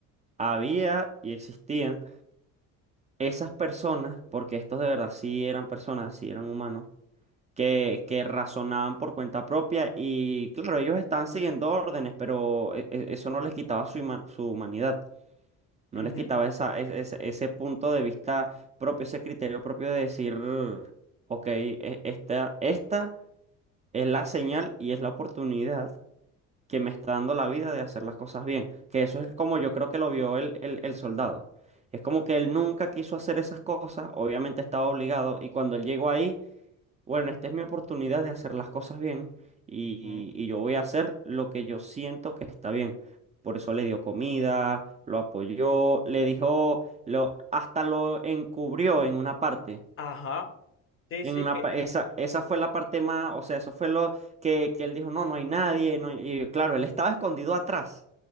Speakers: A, on the right; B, on the left.
A: había y existían esas personas, porque estos de verdad sí eran personas, sí eran humanos que, que razonaban por cuenta propia y claro, ellos estaban siguiendo órdenes, pero e- e- eso no les quitaba su, huma- su humanidad, no
B: Ujú.
A: les quitaba esa, es- ese, ese punto de vista propio, ese criterio propio de decir, ok, e- esta, esta es la señal y es la oportunidad que me está dando la vida de hacer las cosas bien, que eso es como yo creo que lo vio el, el, el soldado. Es como que él nunca quiso hacer esas cosas, obviamente estaba obligado, y cuando él llegó ahí, bueno, esta es mi oportunidad de hacer las cosas bien y,
B: ujú.
A: y yo voy a hacer lo que yo siento que está bien. Por eso le dio comida, lo apoyó, le dijo, lo, hasta lo encubrió en una parte.
B: Ajá. Sí,
A: En
B: sí,
A: una,
B: que...
A: pa- esa, esa fue la parte más, o sea, eso fue lo que, que él dijo, no, no hay nadie. no hay-". Y claro, él estaba escondido atrás